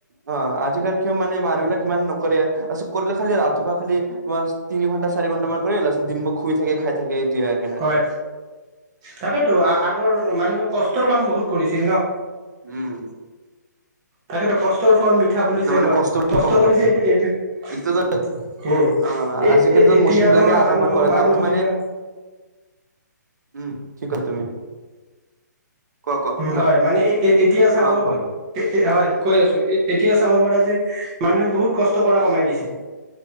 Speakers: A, on the right; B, on the right.
A: অ আজিকালি কিয় মানে মানুহ বিলাক ইমান নকৰে আ কৰিলে খালি ৰাতিপুৱা খালি তোমাৰ তিনি ঘণ্টা চাৰি ঘণ্টা মান কৰি তাৰপিছত দিনভৰ শুই থাকে খাই থাকে। এইটোৱে সেইকাৰণে
B: হয় তাকেইতো আগৰ মানুহে কষ্টৰ কাম বহুত কৰিছিল ন।
A: উম।
B: তাকেইতো কষ্টৰ ফল মিঠা বুলি
A: তাৰ
B: যে
A: মানে
B: কয় কষ্ট
A: কম হৈ
B: কৰিছে
A: গ'ল
B: এইটো এইটো
A: এইটোতো
B: উম
A: অ
B: এ এ
A: আজিকালিতো
B: এতিয়া
A: মেচিন বিলাকে
B: তোমাৰ
A: আধা
B: মানুহ
A: মান কৰে
B: মানুহ
A: আগতে মানে
B: বিলাক
A: উম, ঠিক ক'লা তুমি। কোৱা কোৱা হেল্ল'
B: হয়। মানে এতিয়া চাব
A: অ কোৱা
B: হয়। কৈআছো এতিয়া চাব পাৰা যে মানুহে বহুত কষ্ট কৰা কমাই দিছে।